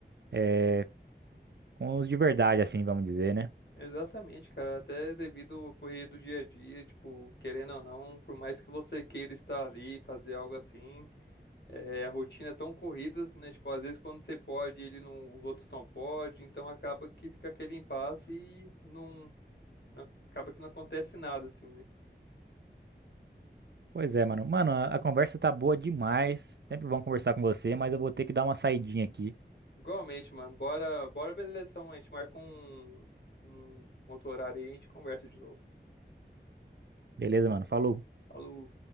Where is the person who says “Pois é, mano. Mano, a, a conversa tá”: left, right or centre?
Right